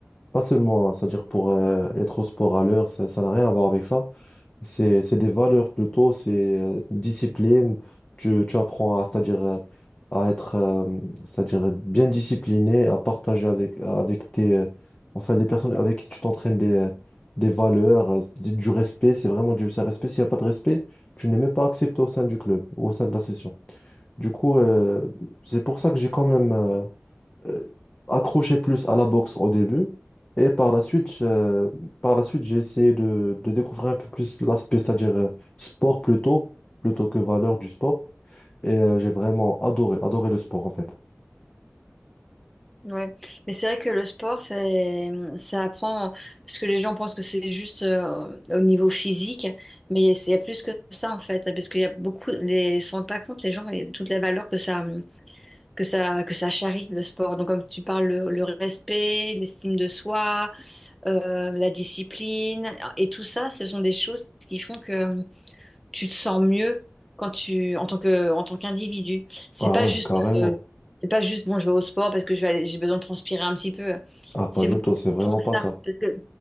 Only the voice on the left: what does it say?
Pas seulement, hein, c'est-à-dire pour euh, être au sport à l'heure, ça, ça n'a rien à voir avec ça. C'est, c'est des valeurs plutôt, c'est euh, une discipline. Tu, tu apprends à, c'est-à-dire euh, à être, euh, c'est-à-dire bien discipliné, à partager avec, avec tes, euh, enfin les personnes avec qui tu t'entraînes des, euh, des valeurs, euh, du du respect. C'est vraiment du c'est un respect. S'il n'y a pas de respect, tu n'es même pas accepté au sein du club, au sein de la session. Du coup, euh, c'est pour ça que j'ai quand même, euh, euh, accroché plus à la boxe au début. Et par la suite, euh, par la suite, j'ai essayé de, de découvrir un peu plus l'aspect, c'est-à-dire euh, sport plutôt, plutôt que valeur du sport. Et euh, j'ai vraiment adoré, adoré le sport en fait.
Ah
ouais,
carrément.
Ah, pas
du
tout,
c'est vraiment
pas
ça.